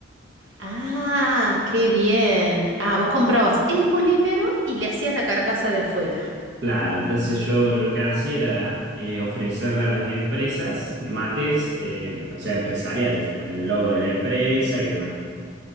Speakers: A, on the right (about 80°); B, on the right (about 60°).
A: Ah, qué bien. Ah, vos comprabas el polímero y le hacías la carcasa de afuera.
B: Claro, entonces yo lo que hacía era eh, ofrecerle a las empresas mates, eh, o sea, empresariales, con el logo de la empresa y demás.